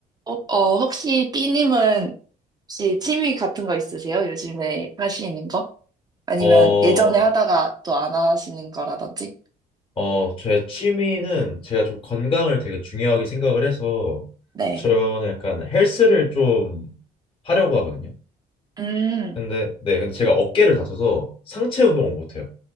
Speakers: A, on the right (about 25°); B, on the left (about 30°).
A: 어, 어, 혹시 B님은 혹시 취미 같은 거 있으세요? 요즘에 하시는 거? 아니면
B: 어,
A: 예전에 하다가 또 안 하시는 거라든지?
B: 어, 제 취미는 제가 좀 건강을 되게 중요하게 생각을 해서
A: 네.
B: 저는 약간 헬스를 좀 하려고 하거든요.
A: 음.
B: 근데 네, 근데 제가 어깨를 다쳐서 상체 운동을 못 해요.